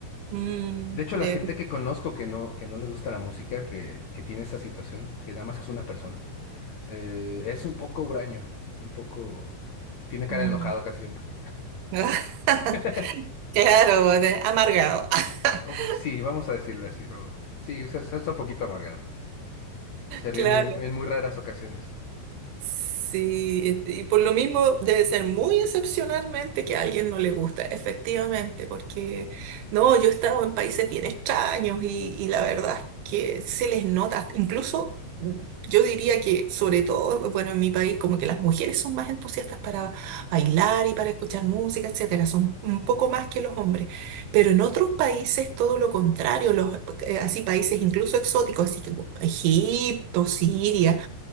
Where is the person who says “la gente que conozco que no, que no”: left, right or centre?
Left